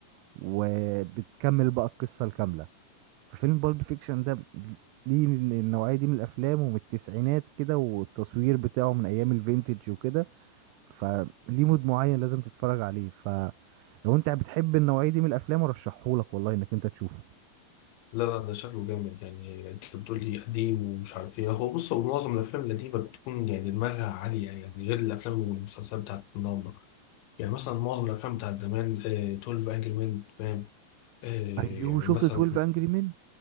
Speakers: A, on the right; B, on the left.
A: وبتكمل بقى القصة الكاملة ففيلم بالب فيكشن ده ليه ال- النوعية دي من الأفلام ومن التسعينات كده والتصوير بتاعه من أيام الفينتج وكده فليه مود معين لازم تتفرج عليه فلو أنت بتحب النوعية دي من الأفلام أرشحهولك والله إنك أنت تشوفه
B: لا لا ده شكله جامد يعني انت بتقول لي قديم ومش عارف ايه هو بص هو معظم الافلام القديمه بتكون يعني دماغها عاليه يعني غير الافلام والمسلسلات بتاعت النهارده يعني مثلا معظم الافلام بتاعت زمان آه، 12 انجري مان فاهم آه،
A: أيوه
B: مثلا
A: شفت 12 أنجري مين